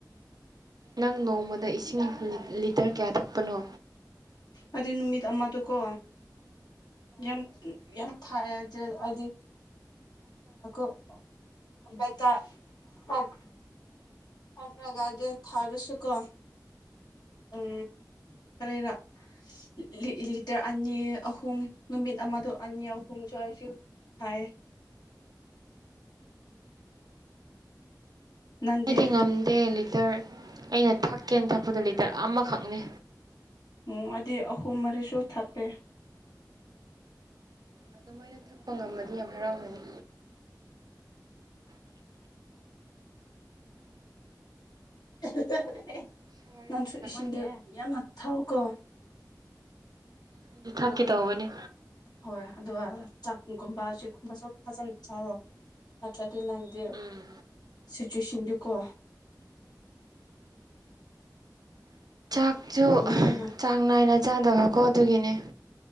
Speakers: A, on the right; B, on the left.
A: ꯅꯪ ꯅꯣꯡꯃꯗ ꯏꯁꯤꯡ ꯂꯤꯇꯔ ꯀꯌꯥ ꯊꯛꯄꯅꯣ
B: ꯑꯩꯗꯤ ꯅꯨꯃꯤꯠ ꯑꯃꯥꯗꯀꯣ ꯌꯥꯝ ꯌꯥꯝ ꯊꯛꯑꯦ <unintelligible> <unintelligible> ꯐꯈ꯭ꯔꯒꯗ ꯊꯥꯔꯁꯨꯀꯣ ꯎꯝ ꯀꯔꯤꯔꯣ ꯂꯤꯛ ꯂꯤꯇꯔ ꯑꯅꯤ ꯑꯍꯨꯝ ꯅꯨꯃꯤꯠ ꯑꯃꯥꯗ ꯑꯅꯤ ꯑꯍꯨꯝꯁꯨ ꯑꯩꯁꯨ ꯐꯥꯏꯌꯦ ꯅꯪꯗꯤ
A: ꯑꯩꯗꯤ ꯉꯝꯗꯦ ꯂꯤꯇꯔ ꯑꯩꯅ ꯊꯛꯀꯦꯅ ꯊꯛꯄꯗ ꯂꯤꯇꯔ ꯑꯃꯈꯛꯅꯤ
B: ꯎꯝ ꯑꯩꯗꯤ ꯑꯍꯨꯝ ꯃꯔꯤꯁꯨ ꯊꯥꯞꯄꯦ
A: ꯑꯗꯨꯃꯥꯏꯅ ꯊꯛꯄ ꯉꯝꯃꯥꯗꯤ ꯌꯥꯝ ꯍꯔꯥꯎꯒꯅꯤ
B: <unintelligible>
A: ꯁꯥꯔꯦ
B: ꯅꯪꯁꯨ
A: ꯌꯥꯝꯅ
B: ꯏꯁꯤꯡꯗꯨ ꯌꯥꯝꯅ ꯊꯥꯛꯎꯀꯣ
A: ꯑꯩꯖꯨ ꯊꯛꯀꯦ ꯇꯧꯕꯅꯤ
B: ꯍꯣꯏ ꯑꯗꯣ ꯆꯥꯛꯒꯨꯝꯕ ꯑꯁꯤꯀꯨꯝꯕꯁꯨ ꯐꯖꯅ ꯆꯥꯔꯣ ꯅꯠꯇ꯭ꯔꯗꯤ ꯅꯪꯗꯤ
A: ꯎꯝ
B: ꯁꯤꯆꯨꯋꯦꯁꯟꯗꯨꯀꯣ
A: <inaudible> ꯆꯥꯛꯁꯨ
B: ꯌꯥꯝꯅ
A: ꯆꯥꯡ ꯅꯥꯏꯅ ꯆꯥꯗꯕꯀꯣ ꯑꯗꯨꯒꯤꯅꯦ